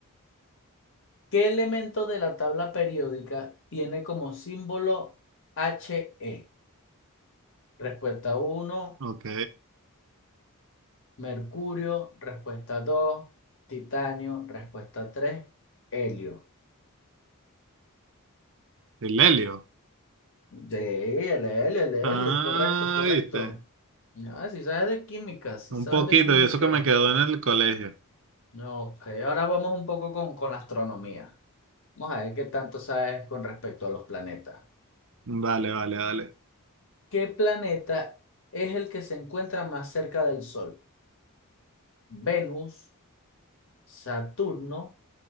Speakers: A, on the left; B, on the right.
A: ¿Qué elemento de la tabla periódica tiene como símbolo He? Respuesta uno
B: Ok.
A: mercurio. Respuesta dos titanio. Respuesta tres helio.
B: El helio.
A: De el helio, el helio.
B: Ah,
A: Es correcto, es correcto.
B: viste.
A: Ah, si sabes de química, si
B: Un
A: sabes
B: poquito,
A: de química.
B: y eso que me quedó en el colegio.
A: No, ok, ahora vamos un poco con, con la astronomía. Vamos a ver qué tanto sabes con respecto a los planetas.
B: Vale, vale, vale.
A: ¿Qué planeta es el que se encuentra más cerca del Sol? ¿Venus, Saturno